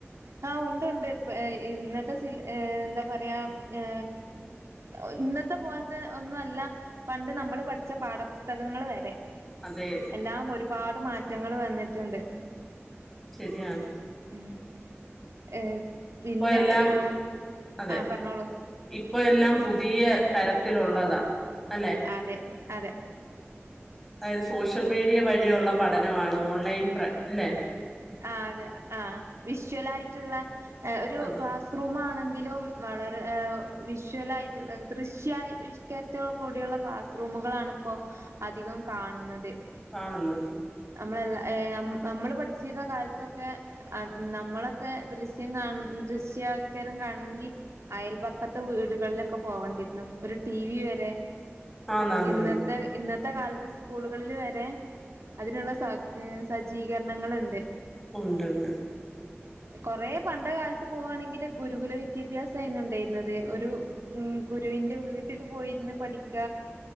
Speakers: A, on the right; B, in the centre.
A: ആ ഉണ്ട് ഉണ്ട് ഇപ്പ ഏ ഇന്നത്തെ സിൽ ഏ എന്താ പറയാ ഏ ഒ ഇന്നത്തെ പോലത്തെ ഒന്നുവല്ല പണ്ട് നമ്മള് പഠിച്ച പാഠപുസ്തകങ്ങളുവരെ
B: അതെ
A: എല്ലാം ഒരുപാട് മാറ്റങ്ങള് വന്നിട്ടുണ്ട്.
B: ശെരിയാണ്.
A: ഉം ഏഹ് പിന്നെ
B: ഇപ്പൊ എല്ലാം
A: ഏഹ്
B: അതെ
A: ആ പറഞ്ഞോളൂ.
B: ഇപ്പൊ എല്ലാം പുതിയ തരത്തിലുള്ളതാ. അല്ലെ
A: അതെ അതെ
B: അതായത് സോഷ്യൽ മീഡിയ വഴിയൊള്ള പഠനമാണ് ഓൺലൈൻ പ്രെ ല്ലേ?
A: ആ അതെ ആ വിഷ്വൽ ആയിട്ടുള്ള ഏ ആ ഒരു
B: അതെ
A: ക്ലാസ് റൂം ആണെ എങ്കിലും വളരെ വിഷ്വലായിട്ടുള്ള ദൃശ്യാവിഷ്കാരത്തോടുകൂടിയുള്ള ക്ലാസ് റൂമുകളാണ് ഇപ്പോ അധികം കാണുന്നത്.
B: കാണുന്നത്.
A: നമ്മളെല്ല ഏ നമ് നമ്മൾ പഠിച്ചിരുന്ന കാലത്തൊക്കെ ആ നമ്മളൊക്കെ ദൃശ്യം കാണ് ദൃശ്യവൽക്കരണം കാണണങ്കി അയൽപക്കത്തെ വീടുകളിലൊക്കെ പോവണ്ടിരുന്നു, ഒരു ടി വി വരെ
B: ആന്നാന്നാന്ന്
A: ഇന്നത്തെ ഇന്നത് ഇന്നത്തെ കാലത്ത് സ്കൂളുകളില് വരെ അതിനുള്ള സ സജ്ജീകരണങ്ങളിണ്ട്.
B: ഉണ്ടണ്ട്.
A: കൊറേ പണ്ടേകാലത്ത് പോവണങ്കില് ഗുരുകുല വിദ്യാഭ്യാസായിരുന്നു ഉണ്ടായിരുന്നത്, ഒരു മ് ഗുരുവിൻ്റെ വീട്ടില് പോയിരുന്ന് പഠിക്ക